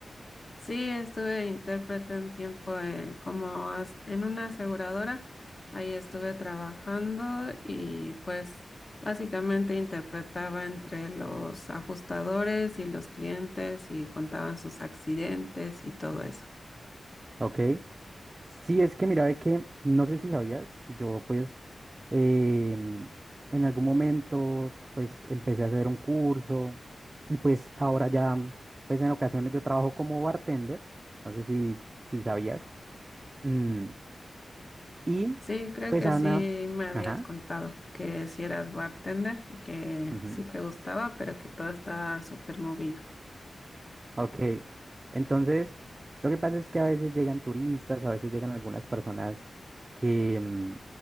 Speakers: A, on the left; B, on the right.
A: Sí, estuve intérprete un tiempo eh, como as- en una aseguradora, ahí estuve trabajando y pues básicamente interpretaba entre los ajustadores y los clientes y contaban sus accidentes y todo eso.
B: Ok. Sí, es que mira, ve que no sé si sabías, yo pues em, en algún momento pues empecé a hacer un curso y pues ahora ya pues en ocasiones yo trabajo como bartender, no sé si, si sabías. Mm, y
A: Sí, creo
B: pues
A: que
B: Ana,
A: sí me habías
B: ajá,
A: contado que si eras bartender y que
B: ujú,
A: sí te gustaba, pero que todo estaba súper movido.
B: ok. Entonces, lo que pasa es que a veces llegan turistas, a veces llegan algunas personas que, mm,